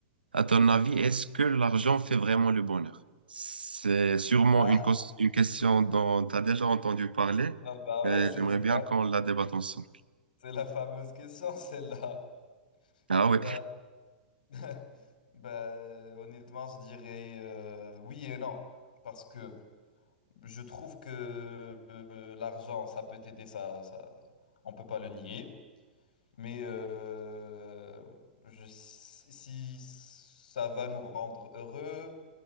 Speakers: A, on the right; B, on the left.
A: À ton
B: Ok.
A: avis, est-ce que l'argent fait vraiment le bonheur? C'est sûrement
B: Ah,
A: une, cos- une question dont tu as déjà entendu parler,
B: ah, bah
A: mais
B: ouais, c'est
A: j'aimerais
B: c'est
A: bien
B: la,
A: qu'on la débatte ensemble.
B: c'est la fameuse question celle-là.
A: Ah
B: Bah,
A: oui,
B: <laughs> bah euh, honnêtement, je dirais euh, oui et non. Parce que je trouve que euh, l'argent, ça peut t'aider, ça, ça, on peut pas le nier. Mais euh, je, si si ça va nous rendre heureux,